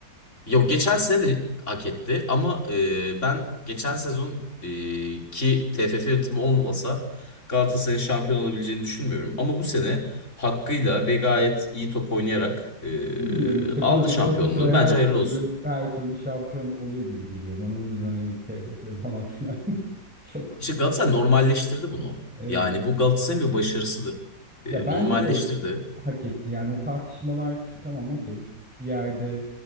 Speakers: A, on the left; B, in the centre.
A: Yok geçen sene de hak etti ama e, ben geçen sezon e, ki TFF yönetimi olmasa Galatasaray'ın şampiyon olabileceğini düşünmüyorum. Ama bu sene hakkıyla ve gayet iyi top oynayarak e,
B: Bilmiyorum işte
A: aldı
B: bana da
A: şampiyonluğu.
B: Galatasaray her
A: Bence hayırlı
B: türlü
A: olsun.
B: her türlü şampiyon oluyor gibi geliyor bana o yüzden hani TFF falan filan <laughs> çok
A: İşte Galatasaray normalleştirdi bunu.
B: evet
A: Yani bu Galatasaray'ın bir başarısıdır. E,
B: ya bence
A: normalleştirdi.
B: de hak etti yani o tartışmalar tamam okey bir yerde